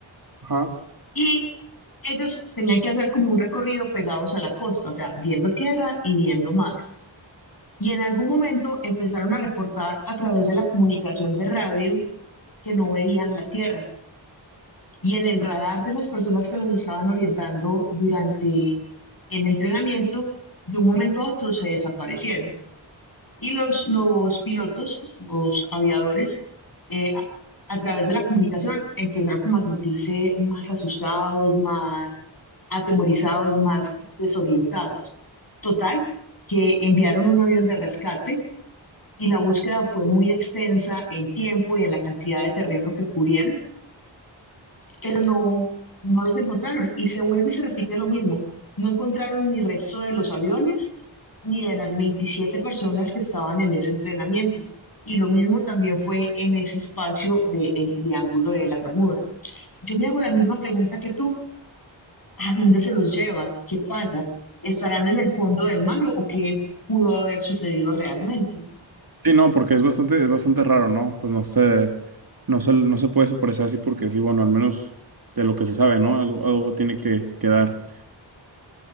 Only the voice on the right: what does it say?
Ajá.
Sí, no, porque es bastante, es bastante raro, ¿no? Pues no se, no se, no se puede desaparecer así porque sí, bueno, al menos de lo que se sabe, ¿no? Algo, algo tiene que quedar.